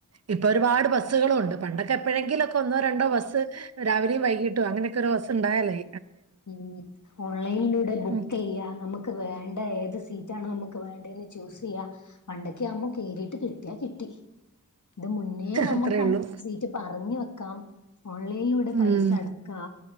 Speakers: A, on the right (about 50°); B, on the left (about 60°).
A: ഇപ്പോൾ ഒരുപാട് ബസ്സുകളുണ്ട് പണ്ടൊക്കെ എപ്പോഴെങ്കിലൊക്കെ ഒന്നോ രണ്ടോ ബസ്സ് രാവിലിം വൈകീട്ടും അങ്ങനൊക്കൊരു ബസ്സുണ്ടായലേ
B: ഉം ഓൺലൈനിലൂടെ ബുക്ക്
A: ഉം
B: ചെയ്യാ നമു- ക്ക് വേണ്ട ഏത് സീറ്റാണോ നമുക്ക് വേണ്ടത് ന്ന് ചൂസിയ്യാം പണ്ടൊക്കെ ആവുമ്പോ കേറീട്ട് കിട്ടിയാ കിട്ടി ഇത് മുന്നേ നമുക്ക്
A: അത്രേ ഉള്ളൂ
B: ആ സീറ്റ് പറഞ്ഞു വെക്കാം ഓൺലൈനിലൂടെ പൈസ
A: ഉം
B: അടക്കാ